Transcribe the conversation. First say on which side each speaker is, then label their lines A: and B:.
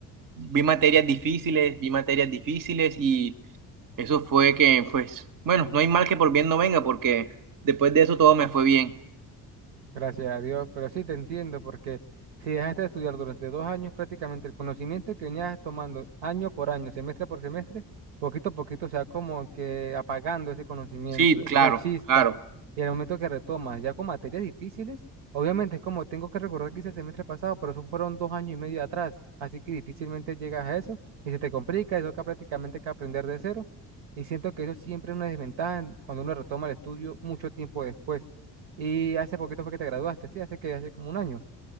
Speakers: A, on the right; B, on the right.
A: vi materias difíciles, vi materias difíciles y eso fue que, pues, bueno, no hay mal que por bien no venga, porque después de eso todo me fue bien.
B: Gracias a Dios, pero sí te entiendo porque si dejaste de estudiar durante dos años, prácticamente el conocimiento que venías tomando año por año, semestre por semestre, poquito a poquito se va como que apagando ese conocimiento,
A: Sí, claro,
B: esa chispa.
A: claro.
B: Y el momento que retomas, ya con materias difíciles, obviamente es como tengo que recordar que hice el semestre pasado, pero eso fueron dos años y medio atrás, así que difícilmente llegas a eso y se te complica, eso toca prácticamente que aprender de cero. Y siento que eso siempre es una desventaja en- cuando uno retoma el estudio mucho tiempo después. Y hace poquito fue que te graduaste, sí, hace que hace como un año.